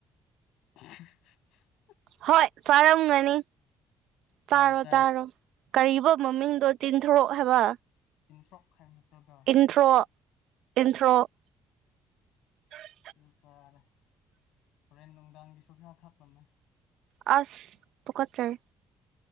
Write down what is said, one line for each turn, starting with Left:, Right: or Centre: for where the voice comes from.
Left: <unintelligible>
Right: ꯍꯣꯏ ꯆꯥꯔꯝꯒꯅꯤ
Left: ꯆꯥꯏ
Right: ꯆꯥꯔꯣ
Left: ꯆꯥꯏ
Right: ꯆꯥꯔꯣ ꯀꯔꯤꯕ ꯃꯃꯤꯡꯗꯣ ꯇꯤꯟꯊꯣꯔꯛ ꯍꯥꯏꯕ
Left: ꯇꯤꯟꯊ꯭ꯔꯣꯛ ꯍꯥꯏꯕ ꯅꯇ꯭ꯔꯣ ꯑꯗꯣ
Right: ꯇꯤꯟꯊ꯭ꯔꯣꯛ ꯇꯤꯟꯊ꯭ꯔꯣꯛ <inaudible>
Left: ꯑꯗꯨ ꯆꯥꯔꯦ ꯍꯣꯔꯦꯟ ꯅꯨꯡꯗꯥꯡꯒꯤꯁꯨ ꯈꯔ ꯈꯥꯛꯂꯝꯃꯦ
Right: ꯑꯁ ꯇꯨꯀꯠ ꯆꯩ